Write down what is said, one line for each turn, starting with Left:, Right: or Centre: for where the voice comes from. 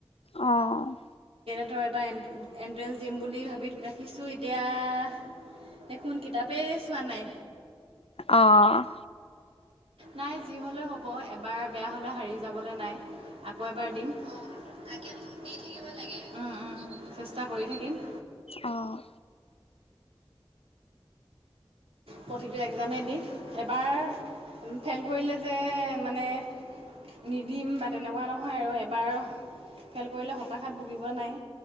Left: অ'।
Right: তৰ এটা এ-এণ্ট্ৰেঞ্চ দিম বুলি ভাবি ৰাখিছোঁ এতিয়া এখোন কিতাপে চোৱা নাই।
Left: অ',
Right: নাই যি হলেও হ'ব। হ'ব, এবাৰ বেয়া হ'লে হাৰি যাবলৈ নাই আকৌ এবাৰ দিম। তাকে দি থাকিব লাগে। উ, উ। চেষ্টা কৰি থাকিম।
Left: অ'।
Right: প্ৰতিটো এক্সামেই দিম। এবাৰ ফেইল কৰিলে যে মানে নিদিম বা তেনেকুৱা নহয় আৰু বাৰ, ফেল কৰিলে হতাশাত ভুগিবলৈ নাই।